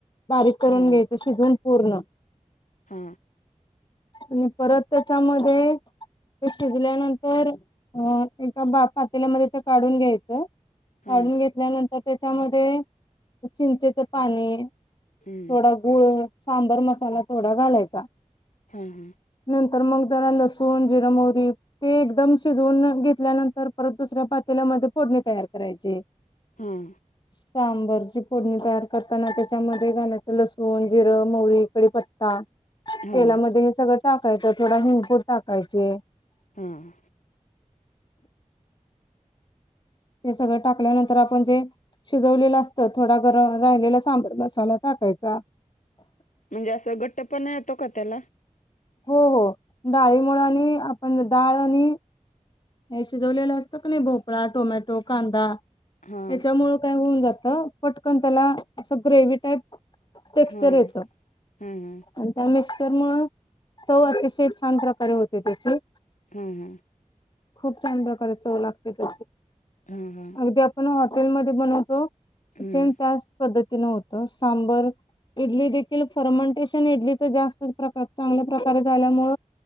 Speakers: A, on the left; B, on the left.
A: बारीक करून
B: हा
A: घ्यायचं शिजून पूर्ण.
B: हा
A: आणि परत त्याच्यामध्ये ते शिजल्यानंतर अ एका बा पातेल्यामध्ये ते काढून घ्यायचं.
B: हा
A: काढून घेतल्यानंतर त्याच्यामध्ये चिंचेच पाणी.
B: हम्म
A: थोडा गुळ सांबर मसाला थोडा घालायचा.
B: हा हा.
A: नंतर मग जरा लसूण, जिरा, मोहरी. ते एकदम शिजवून घेतल्यानंतर परत दुसऱ्या पातेल्यामध्ये फोडणी तयार करायची.
B: हम.
A: सांबरची फोडणी तयार करताना त्याच्यामध्ये घालायचं लसूण, जिरं, मोहरी, कडीपत्ता
B: हा.
A: तेलामध्ये हे सगळं टाकायचं थोडा हिंग, पूड टाकायचे.
B: हां.
A: ते सगळं टाकल्यानंतर आपण जे शिजवलेलं असत थोडा गरम राहिलेला सांबर मसाला टाकायचा.
B: म्हणजे असं घट्ट पण येतो का त्याला?
A: हो हो डाळी मुळ आणि आपण डाळ आणि हे शिजवलेलं असतं का नाही भोपळा, टोमॅटो, कांदा
B: हा
A: याच्यामुळं काय होऊन जात. पटकन त्याला अस ग्रेव टाईप टेक्चर
B: हा
A: येत.
B: हा
A: आणि त्या मिक्सर मुळ चव अतिशय छान प्रकारे होते त्याची
B: हा हा.
A: खूप छान प्रकारे चव लागते त्याची
B: हा हा
A: अगदी आपण हॉटेलमध्येध्ये बनवतो.
B: हम्म
A: सेम त्याच पद्धतीन होत सांबर. इडली देखील फर्मंटेशन इडलीच जास्त प्रकार चांगल्या प्रकारे झाल्यामु